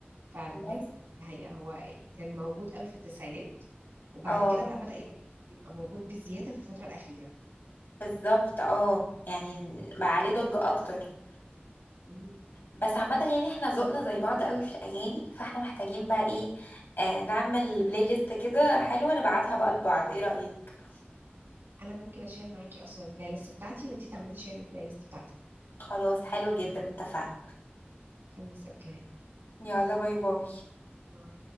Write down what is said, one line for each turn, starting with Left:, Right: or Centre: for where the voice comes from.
Right: فعلا
Left: بس
Right: ده حقيقة هو كان موجود قوي في التسعينات وبعد
Left: اه
Right: كده بقى بدأ يبقى يبقى موجود بزياده في الفتره الاخيره
Left: بالظبط اه يعني بقى عليه ضجه اكتر
Right: مم.
Left: بس عامة يعني احنا ذوقنا زي بعض قوي في الأغاني فاحنا محتاجين بقى ايه آه نعمل بلاي ليست كده حلوة نبعتها بقى لبعض ايه رأيك؟
Right: انا ممكن اشير معاكي اصلا البلاي ليست بتاعتي وانتي تعملي شير البلاي ليست بتاعتك
Left: خلاص حلو جدا اتفقنا
Right: خلاص اوكي
Left: يلا باي باي
Right: باي